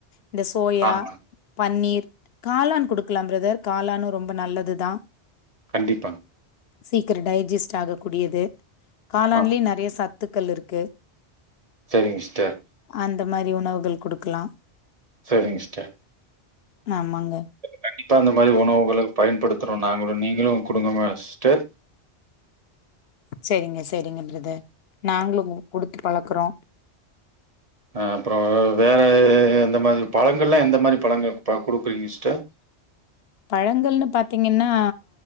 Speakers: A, on the left (about 65°); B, on the right (about 35°).
A: இந்த சோயா
B: ஆமாங்
A: பன்னீர் காளான் குடுக்கலா பிரதர் காளானு ரொம்ப நல்லதுதா
B: கண்டிப்பாங்
A: சீக்கிரோ டைசிஸ்ட் ஆக கூடியது காலான்லயே
B: ஆமாங்
A: நெறைய சத்துக்கள் இருக்கு
B: செரிங்க சிஸ்டர்
A: அந்த மாரி உணவுகள் குடுக்கலா
B: செரிங் சிஸ்டர்
A: ஆமாங்க
B: கண்டிப்பா இந்த மாரி உணவுகல பயன்படுத்துறோ நாங்களு நீங்களு குடுங்க மா சிஸ்டர்
A: சேரிங்க சேரிங்க பிரதர் நாங்களு குடுத்து பழக்குறோ
B: அ அப்றோ வேற எந்த மாரி பழங்கள்லா எந்த மாரி பழங்கள் குடுப்பீங்க சிஸ்டர்
A: பழங்கள்ன்னு பாத்தீங்கன்னா